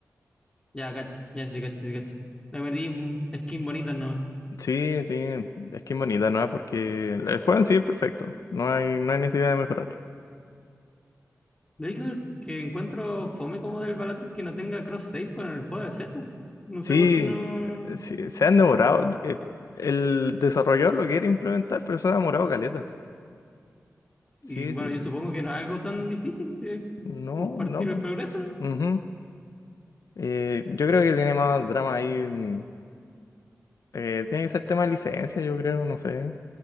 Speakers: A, on the left; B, on the left.
A: ya, cacho. Ya, sí, cacho, sí, cacho. Le metí un skin bonita, ¿no?
B: Sí, sí, es que es bonita, ¿no? Porque el juego en sí es perfecto, no hay, no hay necesidad de mejorarlo.
A: Lo único que encuentro fome como del Balatro es que no tenga cross-save con el juego de Cepu. No
B: Sí,
A: sé por qué no.
B: eh, sí, se han demorado, eh, el desarrollador lo quiere implementar, pero se ha demorado caleta. Sí,
A: Y bueno,
B: sí,
A: yo supongo que no es algo tan difícil, si
B: no,
A: compartir
B: no, po.
A: el progreso.
B: Ujú. Eh, yo creo que tiene más drama ahí, mm, eh, tiene que ser tema de licencia, yo creo, no sé,